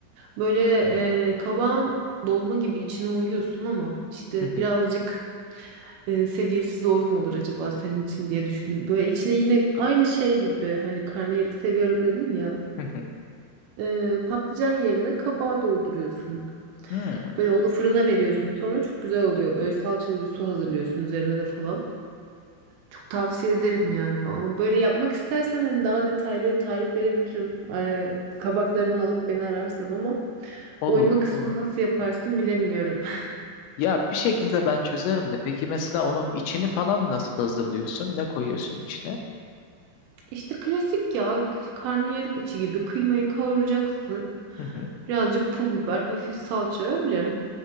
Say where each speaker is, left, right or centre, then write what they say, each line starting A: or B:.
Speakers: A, on the right; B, on the left.
A: Böyle e, kabağın dolma gibi içine uyuyorsun ama işte
B: Hı hı,
A: birazcık e, seviyesi zor mu olur acaba senin için diye düşündüm. Böyle içine yine aynı şey gibi hani karnıyarık seviyorum dedin ya.
B: hı hı.
A: E, patlıcan yerine kabağı dolduruyorsun.
B: Hmm,
A: Böyle onu fırına veriyorsun. Sonra çok güzel oluyor. Böyle salçalı bir su hazırlıyorsun üzerine de falan. Çok tavsiye ederim yani. Ama böyle yapmak istersen hani daha detaylı tarif verebilirim. Ee, kabaklarını alıp beni ararsan ama
B: olur,
A: oyma kısmını
B: olur.
A: nasıl yaparsın bilemiyorum. <laughs>
B: Ya bir şekilde ben çözerim de. Peki mesela onun içini falan nasıl hazırlıyorsun? Ne koyuyorsun içine?
A: İşte klasik ya k- karnıyarık içi gibi kıymayı kavuracaksın.
B: Hı hı.
A: Birazcık pul biber, hafif salça öyle.